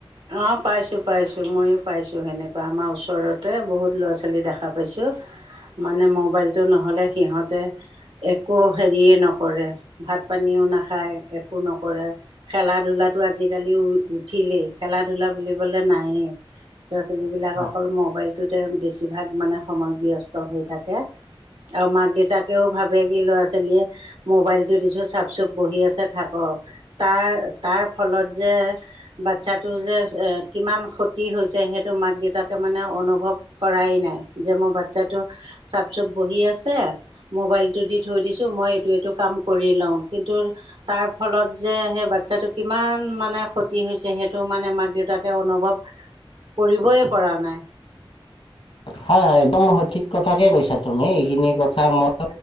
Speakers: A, on the right; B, on the left.
A: অ'পাইছো, পাইছো ময়ো পাইছো সেনেকুৱা আমাৰ ওচৰতে বহুত ল'ৰা ছোৱালী দেখা পাইছো মানে মোবাইলটো নহ'লে সিহঁতে একো হেৰিয়ে নকৰে ভাত পানীও নাখায় একো নকৰে খেলা ধূলাটো আজিকালি উঠিলেই। খেলা ধূলা বুলিবলৈ নায়েই। ল'ৰা ছোৱালীবিলাক
B: হয়
A: অকল মোবাইলটোতে বেছিভাগ মানে সময় ব্যস্ত হৈ থাকে। আৰু মাক দেউতাকেও ভাবে কি ল'ৰা ছোৱালীয়ে মোবাইলটো দিছো চাপ চুপ বহি আছে থাকক তাৰ তাৰ ফলত যে বাচ্ছাটো যে কিমান ক্ষতি হৈছে সেইটো মাক দেউতাকে মানে অনুভৱ কৰাই নাই। যে মোৰ বাচ্ছাটো চাপ চুপ বহি আছে মোবাইলটো দি থৈ দিছোঁ মই এইটো এইটো কাম কৰি লওঁ কিন্তু তাৰ ফলত যে সেই বাচ্ছাটো কিমান মানে ক্ষতি হৈছে, সেই টো মানে মাক দেউতাকে অনুভৱ কৰিবই পৰা নাই।
B: হয় হয় একদম সঠিক কথাকে কৈছা তুমি এইখিনি কথা মোৰ